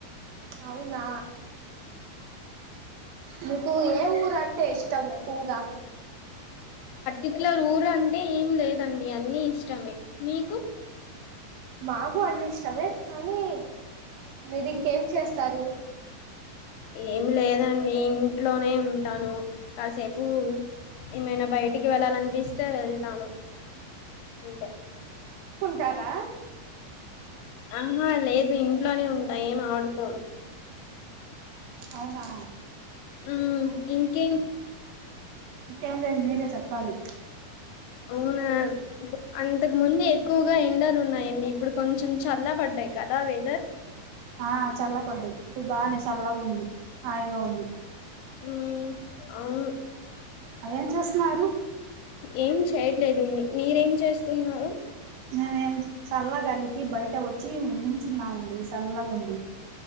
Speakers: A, on the right (about 75°); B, on the left (about 85°).
A: అవునా మీకు ఏ ఊరు అంటే ఇష్టం ఎక్కువగా
B: ఇట్ల రూర అంటే ఏం లేదండి అన్ని ఇష్టమే మీకు
A: మా అన్ని ఇష్టమే కానీ మీరు ఇంకేం చేస్తారు
B: ఏమి లేదండి ఇంట్లోనే ఉంటాను కాసేపు ఏమైనా బయట ఇటికి వెళ్లలినిపిస్తే వస్తే వెళ్తాను అంతె
A: టర
B: ఆహా లేదు ఇంట్లోనే ఉంటాయి ఎం ఆడుకోము
A: అవునా
B: మ్మ్ ఇంకేం
A: ఇంకేం లేదు మీరే చెప్పాలి
B: అవున అంతకు ముందు ఎక్కువగా ఎండలు ఉన్నాయండి ఇప్పుడు కొంచెం చల్లబడ్డాయి కదా వెదర్
A: ఆ చల్లబడ్డది.. ఇప్పుడు బాగానే చల్లగా ఉంది.. హాయిగా ఉంది
B: ఊ... ఊహు
A: ఆ ఏం చేస్తున్నారు
B: ఏం చేయట్లేదు మీ మీరేం చేస్తున్నారు
A: మేమే చల్లగాలికి బయట వచ్చి నించున్నామండి చల్లగా ఉంది